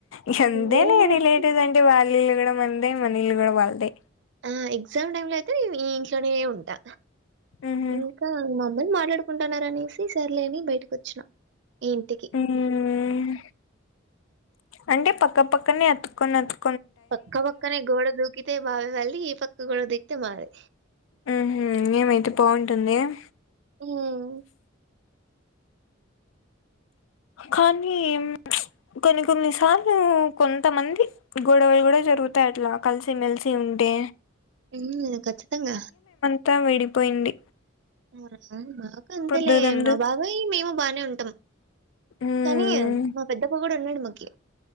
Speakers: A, on the left; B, on the right.
A: ఇగంతేలే
B: నేనైతే
A: రిలేటివ్ అంటడి వాలిలు గూడా మందే మనీలు గూడ వాల్దే
B: ఆ ఎక్సామ్ టైమ్ లో అయితే ఈ తొనే ఉంటా
A: ఉహు
B: ఇంకా మమ్మల్ని మాట్లాడు కుంటున్నారనేసి సర్లే అని బయటకు ఒచ్చిన ఈంటికి
A: ఉమ్ అంటే పక్కపక్కనే అతుకొని అతు
B: పక్క పక్కనే గోడ దూకితే బావయ్ వాళ్ దీ ఈ పక్క గూడా దిగితే మాదే
A: ఉహు ఏమైతే బాగుంటుంది గద
B: హ్మ్.
A: కానీ ప్చ్ కొన్ని కొన్ని సార్లు కొంతమంది గొడవలు కూడా జరుగుతాయి అట్లా కలిసిమెలిసి ఉంటే
B: హ్ ఖచ్చితంగా.
A: త్తా విడిపోయింది.
B: <inaudible> ఒకే అంతేలే
A: ఇప్పుడు దూరం
B: మా
A: దూ
B: బాబాయి మేము బానే ఉంటాం.
A: ఉమ్
B: కానీ మా పెద్దప్పా కూడా ఉన్నాడు మాకు. కె